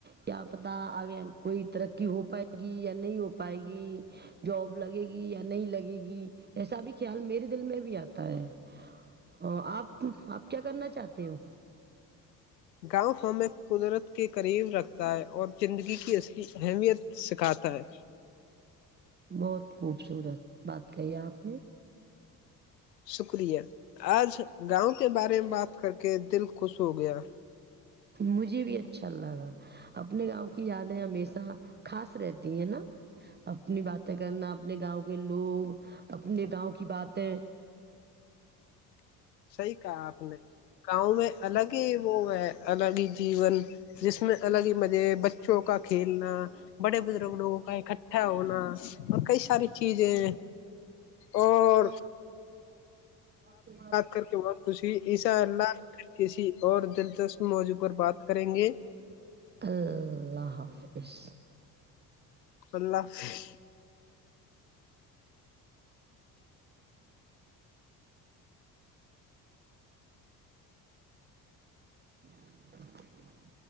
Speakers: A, on the right; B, on the left.
A: کیا پتا آگے کوئی ترقی ہو پائے گی یا نہیں ہو پائے گی جاب لگے گی یا نہیں لگے گی ایسا بھی خیال میرے دل میں بھی آتا ہے ا آپ آپ کیا کرنا چاہتے سککو
B: گاؤ ہم قدرت کے قریب رکھتا ہے اور زندگی کی اصلی اہمیت سکھاتا ہے
A: بہت خوبصورت بات کہی ہے آپ نے
B: شکریہ آج گاؤں کے بارے میں بات کر کے دل خوش ہو گیا
A: مجھے بھی اچھا لگا اپنے گاؤں کی یادیں ہمیشہ خاص رہتی ہیں نا اپنی باتیں کرنا اپنے گاؤں ے لوگ اپنے گاؤں کی بات ت
B: صحیح کہا آپ نے گاؤں میں الگ ہی وہ ہے الگ ہی جیون جس میں الگ ہی مزے بچوں کا کھیلنا بڑے بزرگ لوگوں کا اکٹھا ہونا اور کئی ساری چیزیں اور
A: آپ سے بات
B: کر کے بہت خوشی ہوئی عشاء اللہ کسی اور دلچسپ موضوع پر بات کو کریں گے
A: اللہ حافظ خوس
B: اللہ حافظ
A: <inaudible>